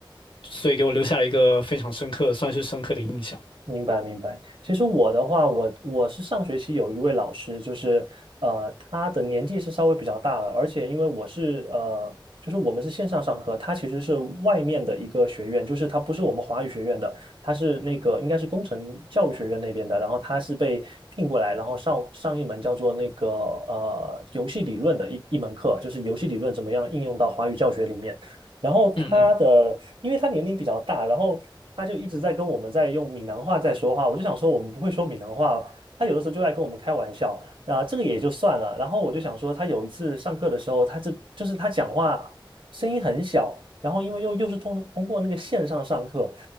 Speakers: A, on the left; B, on the right.
A: 所以给我留下了一个非常深刻，算是深刻的印象。
B: 明白明白。其实我的话，我我是上学期有一位老师，就是呃，他的年纪是稍微比较大了，而且因为我是呃，就是我们是线上上课，他其实是外面的一个学院，就是他不是我们华语学院的，他是那个应该是工程教育学院那边的，然后他是被聘过来，然后上上一门叫做那个呃游戏理论的一一门课，就是游戏理论怎么样应用到华语教学里面。然后他的，
A: 嗯嗯
B: 因为他年龄比较大，然后他就一直在跟我们在用闽南话在说话。我就想说，我们不会说闽南话，他有的时候就爱跟我们开玩笑。那、这个也就算了。然后我就想说，他有一次上课的时候，他这就是他讲话声音很小，然后因为又又是通通过那个线上上课，